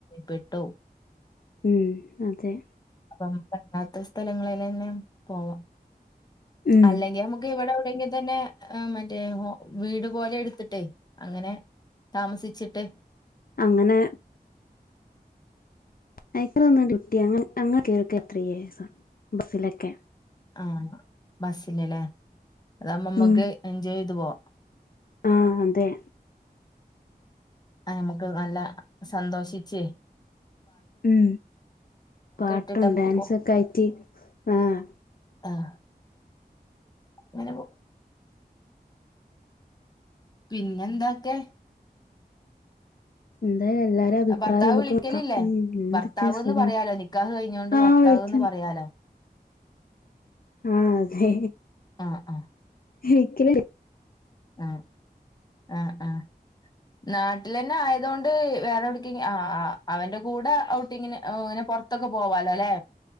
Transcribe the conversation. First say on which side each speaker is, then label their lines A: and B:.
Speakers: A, on the left; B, on the left.
A: പ്പെട്ടു
B: ഉം അതെ
A: അപ്പ പണ്ടാത്ത സ്ഥലങ്ങളിൽ തന്നെ പോവാം
B: ഉം
A: അല്ലെങ്കിൽ നമുക്ക് ഇവിടെ എങ്കി തന്നെ മറ്റേ വീട് പോലെ എടുത്തിട്ടേ അങ്ങനെ താമസിച്ചിട്ട്
B: അങ്ങനെ അഐക്കളൊന്ന് ഡ്യട്ടി അങ്ങ കേർക്ക എത്രയസം ബസ്സിലൊക്കെ
A: ആഹ് ബസിനല്ലേ അതാകുമ്പോ നമ്മുക്ക്
B: ഉം
A: എൻജോയ് ചെയ്ത് പോവാ
B: ആഹ് അതെ
A: ആ നമുക്ക് നല്ല സന്തോഷിച്ചേ
B: ഉം പാട്ടും
A: ഇട്ടിട്ട് നമുക്ക്
B: ഡാൻസൊക്കായിട്ട്
A: പോ
B: ആഹ്
A: ആഹ് അങ്ങനെ പോ പിന്നെന്തൊക്കെ
B: എന്തായാലും എല്ലാരും അഭിപ്രായം
A: ഭർത്താവ്
B: നമുക്ക്
A: വിളിക്കലില്ലേ
B: നോക്കാം ഉം എന്തൊക്കെയാ
A: ഭർത്താവ്
B: സുഖം
A: എന്ന് പറയാലോ നിക്കാഹ് കഴിഞ്ഞൊണ്ട്
B: ആഹ്
A: ഭർത്താവ്
B: വിളിക്കണം
A: എന്ന് പറയാലോ
B: ആഹ് അതെ
A: ആഹ് ആഹ്
B: എനിക്ക്
A: ആ ആ ആ നാട്ടിൽ തന്നെ ആയതുകൊണ്ട് വേറെ എവ്ടുക്കെ ആഹ് ആ് അവന്റെ കൂടെ ഔട്ടിങ്ങിന് ഇങ്ങനെ പൊറത്തൊക്കെ പോവാലോ അല്ലെ